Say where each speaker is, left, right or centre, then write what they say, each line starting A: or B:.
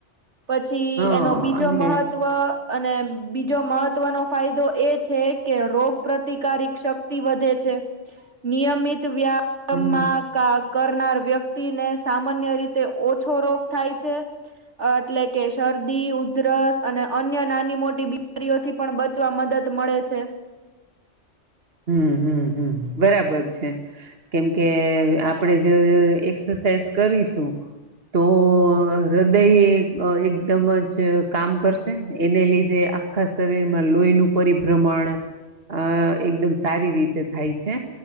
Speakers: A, on the right; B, on the right.
A: પછી
B: હા
A: એનો બીજો
B: અને
A: મહત્વ અને બીજો મહત્વનો ફાયદો એ છે કે રોગ પ્રતિકારિક શક્તિ વધે છે. નિયમિત વ્યામાં
B: હમ
A: કરનાર વ્યક્તિને સામાન્ય રીતે ઓછો રોગ થાય છે અ એટલે કે શરદી ઉધરસ અને અન્ય નાની. મોટી બીમારીઓથી પણ બચવા મદદ મળે છે.
B: હમ હમ હમ. બરાબર છે કેમકે આપણેે જો એક્સરસાઇઝ કરીશું. તો હૃદય એકદમ જ કામ કરશે એને લીધે. આખા શરીરમાં લોહીનું પરિભ્રમણ. એકદમ સારી રીતે થાય છે